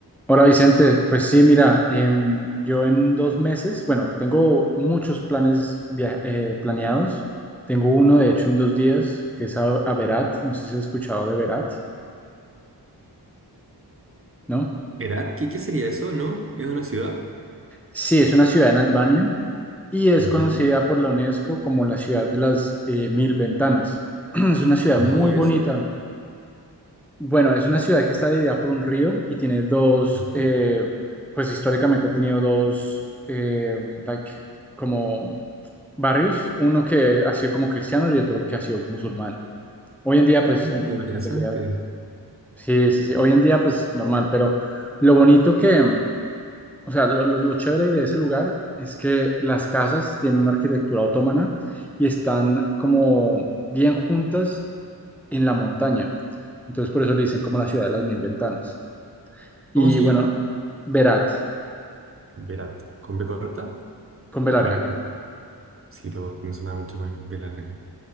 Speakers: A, in the centre; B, on the right (about 30°).
A: Hola Vicente, pues sí, mira, em, yo en dos meses, bueno, tengo muchos planes via- eh, planeados. Tengo uno, de hecho, en dos días, que es a, a Berat, no sé si has escuchado de Berat, ¿no?
B: Herat, ¿qué, qué sería eso, no? ¿Es una ciudad?
A: Sí, es una ciudad en Albania y es
B: ¿Ya?
A: conocida por la UNESCO como la ciudad de las eh, mil ventanas. <clears throat> Es una ciudad
B: ¿No?
A: muy
B: ¿Y
A: bonita.
B: eso?
A: Bueno, es una ciudad que está dividida por un río y tiene dos,
B: Ujú.
A: eh, pues históricamente ha tenido dos, eh, like, como barrios, uno que ha sido como cristiano y otro que ha sido musulmán. Hoy en día, pues,
B: Ah,
A: en, re-
B: interesante.
A: en realidad, sí, sí, sí, hoy en día, pues, normal, pero lo bonito que, o sea, lo, lo- lo chévere de ese lugar es que las casas tienen una arquitectura otomana y están como bien juntas en la montaña. Entonces, por eso le dicen como la ciudad de las mil ventanas. Y
B: ¿Cómo se
A: bueno,
B: llama?
A: Berat,
B: Berat. ¿Con B corta?
A: con B larga.
B: Larga. Sí, lo- me suena mucho más B larga.